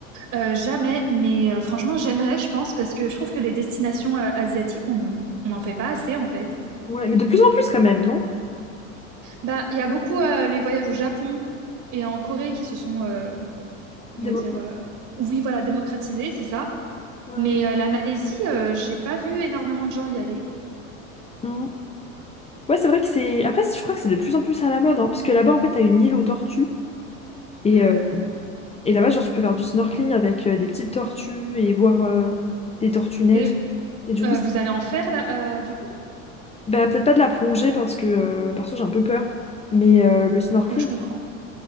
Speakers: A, on the right; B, on the left.
A: Euh, jamais, mais euh, franchement, j'aimerais, je pense, parce que je trouve que les destinations euh, asiatiques, on on n'en fait pas assez, en fait.
B: Ouais, mais de plus en plus quand même, non?
A: Bah, il y a beaucoup euh, les voyages au Japon et en Corée qui se sont, euh,
B: Démocratie.
A: on va dire, euh, oui, voilà, démocratisés, c'est ça.
B: Ouais.
A: Mais euh, la Malaisie, euh, j'ai pas vu énormément de gens y aller.
B: Mm. Ouais, c'est vrai que c'est... Après, je crois que c'est de plus en plus à la mode, hein, parce que là-bas, en fait, t'as une île aux tortues. Et,
A: Ah.
B: euh, et là-bas, genre, tu peux faire du snorkeling avec euh, des petites tortues et voir euh, des tortues naître.
A: Et
B: Et du
A: euh,
B: coup, c'est-
A: vous allez en faire, là, euh, du coup?
B: bah, peut-être pas de la plongée, parce que, euh, perso, j'ai un peu peur. Mais euh, le snorkeling...
A: Ouais, je comprends.